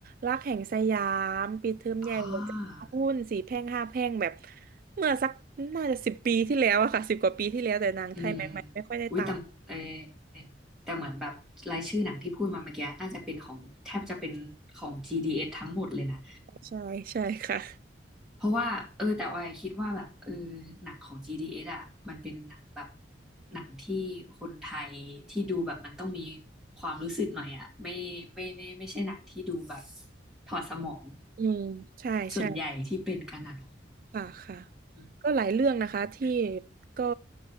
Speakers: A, on the right; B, in the centre.
A: รักแห่งสยามปิดเทอมใหญ่หัวใจหุ้นสี่แพร่งห้าแพร่งแบบ
B: อ๋อ
A: เมื่อสักน่าจะสิบปีที่แล้วอะค่ะสิบกว่าปีที่แล้วแต่หนังไทยใหม่ๆไม่ค่อยได้ตาม
B: อืมอุ้ยแต่เออแต่เหมือนแบบรายชื่อหนังที่พูดมาเมื่อกี้น่าจะเป็นของแทบจะเป็นของ GDS ทั้งหมดเลยนะ
A: ใช่ใช่ค่ะ
B: เพราะว่าเออแต่ว่าคิดว่าแบบเออหนังของ GDS อสอ่ะมันเป็นหนังแบบหนังที่คนไทยที่ดูแบบมันต้องมีความรู้สึกหน่อยอ่ะไม่ไม่ไม่ไม่ไม่ใช่หนังที่ดูแบบถอดสมอง
A: อืมใช่ใช่
B: ส่วนใหญ่ที่เป็นกันอ่ะเนาะ
A: ค่ะค่ะ
B: อืม
A: ก็หลายเรื่องนะคะที่ก็